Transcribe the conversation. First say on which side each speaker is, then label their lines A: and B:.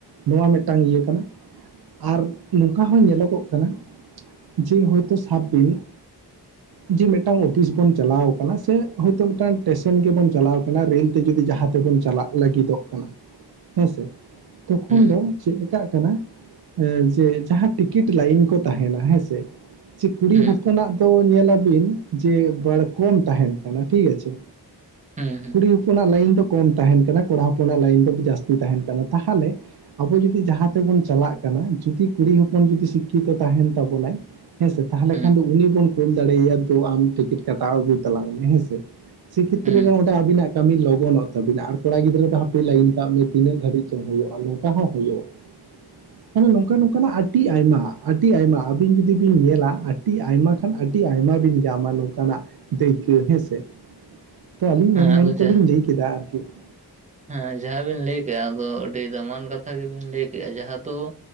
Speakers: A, on the right (about 65°); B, on the right (about 20°).
A: ᱱᱚᱣᱟ ᱢᱤᱫᱴᱟᱝ ᱤᱭᱟᱹ ᱠᱟᱱᱟ ᱟᱨ ᱱᱚᱝᱠᱟ ᱦᱚᱸ ᱧᱮᱞᱚᱜᱚᱜ ᱠᱟᱱᱟ, ᱡᱮ ᱦᱳᱭᱛᱳ ᱥᱟᱵᱽ ᱵᱤᱱ ᱡᱮ ᱢᱤᱫᱴᱼ ᱢᱤᱫᱴᱟᱝ ᱚᱯᱷᱤᱥ ᱵᱚᱱ ᱪᱟᱞᱟᱣ ᱟᱠᱟᱱᱟ ᱥᱮ ᱦᱳᱭᱛᱳ ᱢᱤᱫᱴᱟᱝ ᱴᱮᱥᱚᱱ ᱜᱮᱵᱚᱱ ᱪᱟᱞᱟᱣ ᱟᱠᱟᱱᱟ ᱨᱮᱹᱞ ᱛᱮ, ᱡᱩᱫᱤ ᱡᱟᱦᱟᱸ ᱛᱮᱵᱚᱱ ᱪᱟᱞᱟᱜ ᱾ ᱞᱟᱹᱜᱤᱫᱚᱜ ᱠᱟᱱᱟ ᱦᱮᱸᱥᱮ ᱛᱚᱠᱷᱚᱱ
B: ᱦᱮᱸ
A: ᱫᱚ ᱪᱮᱫᱠᱟᱜ ᱠᱟᱱᱟ! ᱡᱮ ᱡᱟᱦᱟᱸ ᱴᱤᱠᱤᱴ ᱞᱟᱭᱤᱱ ᱠᱚ ᱛᱟᱦᱮᱱᱟ ᱦᱮᱸᱥᱮ, ᱪᱮ ᱠᱩᱲᱤ
B: ᱦᱮᱸ
A: ᱦᱚᱯᱚᱱᱟᱜ ᱫᱚ ᱧᱮᱞᱟᱵᱤᱱ, ᱡᱮ ᱵᱲᱠᱚᱱ ᱛᱟᱦᱮᱱ ᱠᱟᱱᱟ ᱴᱷᱤᱠ ᱟᱪᱷᱮ᱾
B: ᱦᱮᱸ ᱦᱮᱸ
A: ᱠᱩᱲᱤ ᱦᱚᱯᱚᱱᱟᱜ ᱞᱟᱭᱤᱱ ᱫᱚ ᱠᱚᱢ ᱛᱟᱦᱮᱱ ᱠᱟᱱᱟ ᱠᱚᱲᱟ ᱦᱚᱯᱚᱱᱟᱜ ᱞᱟᱭᱤᱱ ᱫᱚ ᱡᱟᱹᱥᱛᱤ ᱛᱟᱦᱮᱱ ᱠᱟᱱᱟ ᱛᱟᱦᱚᱞᱮ ᱟᱵᱚ ᱡᱩᱫᱤ ᱡᱟᱦᱟᱸ ᱛᱮᱵᱚᱱ ᱪᱟᱞᱟᱜ ᱠᱟᱱᱟ ᱡᱩᱫᱤ ᱠᱩᱲᱤ ᱦᱚᱯᱚᱱ ᱡᱩᱫᱤ ᱥᱤᱠᱠᱷᱤᱛᱚ ᱛᱟᱦᱮᱱ ᱛᱟᱵᱚᱱᱟᱭ ᱦᱮᱸ ᱥᱮ ᱛᱟᱦᱚᱞᱮ
B: ᱦᱮᱸ
A: ᱠᱷᱟᱱ ᱫᱚ ᱩᱱᱤ ᱵᱚᱱ ᱠᱳᱞ ᱫᱟᱲᱮᱭᱟᱭᱟ᱾ ᱛᱩ ᱟᱢ ᱴᱤᱠᱤᱴ ᱠᱟᱴᱟᱣ ᱟᱹᱜᱩᱭ ᱛᱟᱞᱟᱝ ᱢᱮ ᱦᱮᱸᱥᱮ ᱥᱮ ᱠᱷᱮᱛᱨᱮ
B: ᱦᱩᱸ
A: ᱨᱮ ᱚᱸᱰᱮ ᱟᱵᱤᱱᱟᱜ ᱠᱟᱹᱢᱤ ᱞᱚᱜᱚᱱᱚᱜ ᱟᱹᱵᱤᱱᱟ ᱟᱨ ᱠᱚᱲᱟ ᱜᱤᱫᱽᱨᱟᱹ ᱫᱚ ᱦᱟᱯᱮ ᱞᱟᱭᱤᱱ ᱠᱟᱜ ᱢᱮᱭᱟ ᱛᱤᱱᱟᱹᱜ ᱜᱷᱟᱹᱲᱤᱡ ᱪᱚᱝ ᱦᱩᱭᱩᱜᱼᱟ ᱱᱚᱝᱠᱟ ᱦᱚᱸ ᱦᱩᱭᱩᱜᱼᱟ ᱾ ᱢᱟᱱᱮ ᱱᱚᱝᱠᱟ ᱱᱚᱝᱠᱟᱱᱟᱜ ᱟᱹᱰᱤ ᱟᱭᱢᱟ ᱟᱹᱰᱤ ᱟᱭᱢᱟ ᱟᱹᱵᱤᱱ ᱡᱩᱫᱤ ᱵᱤᱱ ᱧᱮᱞᱟ, ᱟᱹᱰᱤ ᱟᱭᱢᱟ ᱠᱷᱟᱱ ᱟᱹᱰᱤ ᱟᱭᱢᱟ ᱵᱤᱱ, ᱡᱟ ᱱᱚᱝᱠᱟᱱᱟᱜ ᱫᱟᱹᱭᱠᱟᱹ ᱦᱮᱸᱥᱮ ᱛᱚ ᱟᱹᱞᱤᱧ
B: ᱦᱮᱸ
A: ᱢᱮᱱᱼᱢᱮᱱ
B: ᱟᱫᱚ ᱡᱟᱦᱟᱸ
A: ᱠᱚᱞᱤᱧ ᱞᱟᱹᱭ ᱠᱮᱫᱟ ᱟᱨᱠᱤ ᱾
B: ᱦᱮᱸ ᱡᱟᱦᱟᱸᱵᱤᱱ ᱞᱟᱹᱭ ᱠᱮᱫᱼᱟ ᱟᱫᱚ ᱟᱹᱰᱤ ᱫᱟᱢᱟᱱ ᱠᱟᱛᱷᱟ ᱜᱮᱵᱤᱱ ᱞᱟᱹᱭ ᱠᱮᱜᱼᱟ ᱾ᱡᱟᱦᱟᱸ ᱫᱚ!